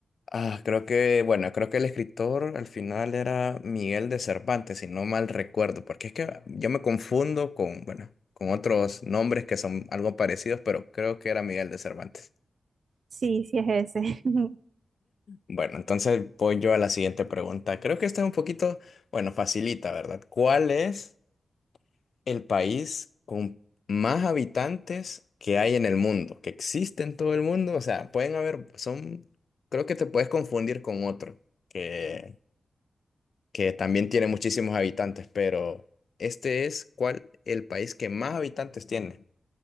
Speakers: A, on the left; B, on the right.
A: Ah, creo que, bueno, creo que el escritor al final era Miguel de Cervantes, si no mal recuerdo, porque es que yo me confundo con, bueno, con otros nombres que son algo parecidos, pero creo que era Miguel de Cervantes.
B: Sí, sí es ese. <laughs>
A: Bueno, entonces voy yo a la siguiente pregunta. Creo que esta es un poquito, bueno, facilita, ¿verdad? ¿Cuál es el país con más habitantes que hay en el mundo, que existe en todo el mundo? O sea, pueden haber, son, creo que te puedes confundir con otro, que, que también tiene muchísimos habitantes, pero este es cuál el país que más habitantes tiene